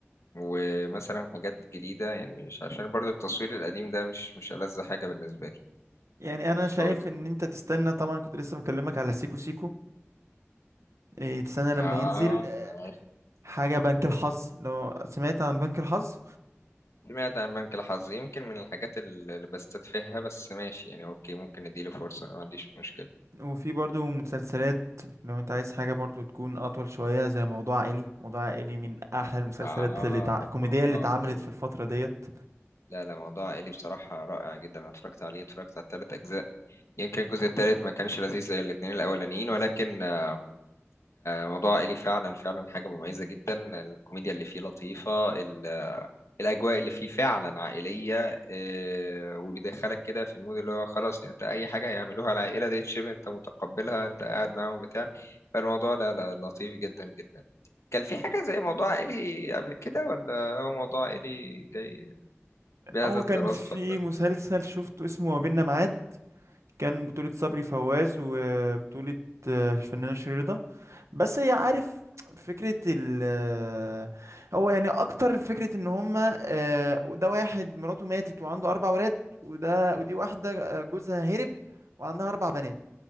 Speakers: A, on the left; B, on the right.
A: ومثلا حاجات جديده يعني مش عشان برضو التصوير القديم ده مش مش ألذ حاجه بالنسبه لي
B: يعني أنا شايف
A: فقول لي كده.
B: إن أنت تستنى طبعا كنت لسه بكلمك على سيكو سيكو إيه تستنى لما
A: اه
B: ينزل آه،
A: ماشي
B: حاجة بنك الحظ لو سمعت عن بنك الحظ
A: سمعت عن بنك الحظ يمكن من الحاجات اللي بستتفهها بس ماشي يعني اوكي ممكن اديله فرصه ما عنديش مشكله
B: وفي برضو مسلسلات لو أنت عايز حاجة برضو تكون أطول شوية زي موضوع عائلي موضوع عائلي من أحلى المسلسلات
A: آه
B: اللي تع... الكوميدية
A: موضوع
B: اللي اتعملت
A: إلي
B: في الفترة ديت
A: لا لا موضوع إلي بصراحة رائع جدا أنا اتفرجت عليه اتفرجت على الثلاث أجزاء يمكن الجزء الثالث ما كانش لذيذ زي الاتنين الأولانيين ولكن آه، موضوع إلي فعلا فعلا حاجة مميزة جدا الكوميديا اللي فيه لطيفة ال- الأجواء اللي فيه فعلا عائلية آه، وبيدخلك كده في المود اللي هو خلاص يعني أنت أي حاجة يعملوها العائلة دي تشيب أنت متقبلها أنت قاعد معاهم بتاع فالموضوع لا لا لطيف جدا جدا كان في حاجة زي موضوع إلي قبل كده ولا هو موضوع إلي جاي بهذا
B: هو
A: التراث
B: كان في
A: فقط
B: مسلسل شفته اسمه ما بيننا معاد كان بطولة صبري فواز وبطولة آه، الفنانة شيرين بس هي عارف فكرة ال آه، هو يعني أكتر فكرة إن هما آه، ده واحد مراته ماتت وعنده أربع ولاد وده ودي واحدة آه، جوزها هرب وعندها أربع بنات